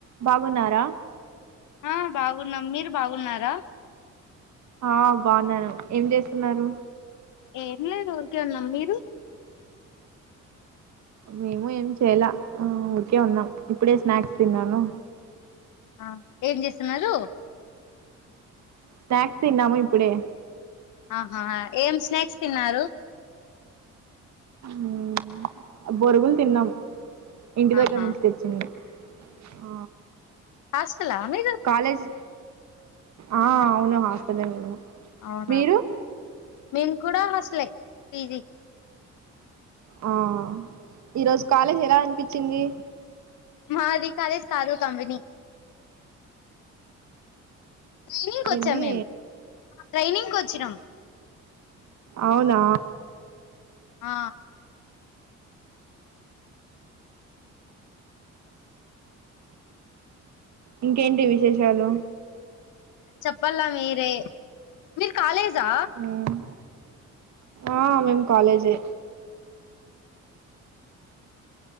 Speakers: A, on the right; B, on the left.
A: బాగున్నారా
B: ఆ బాగున్నాం మీరు బాగున్నారా
A: ఆ బాగున్నాను ఏం చేస్తున్నారు
B: ఏం లేదు ఊరికే ఉన్నాం మీరు
A: మేము ఏం చేయల ఊరికే ఉన్నాం ఇప్పుడే స్నాక్స్ తిన్నాను
B: ఆ ఏం చేస్తున్నారు
A: స్నాక్ తిన్నాము ఇప్పుడే
B: ఆహా ఏం స్నాక్స్ తిన్నారు
A: మ్మ్. బొరుగులు తిన్నాం ఇంటి దగ్గర
B: ఆహా
A: నుంచి తెచ్చింది ఆ
B: హాస్టల్ ఆ మీరు
A: కాలేజ్ ఆ అవును హస్టలే మేము
B: అవునా
A: మీరు
B: మేము కూడా హాస్టలే పీజీ
A: ఆ ఈరోజు కాలేజ్ ఎలా అనిపిచింది
B: మాది కాలేజ్ కాదు కంపెనీ ట్రైనింగ్కి వచ్చాం
A: ఏంది
B: మేము ట్రైనింగ్కి వచ్చినాం
A: అవునా
B: ఆ
A: ఇంకేంటి విశేషాలు
B: చెప్పాల మీరే మీరు కాలేజా
A: మ్మ్. ఆ మేము కాలేజే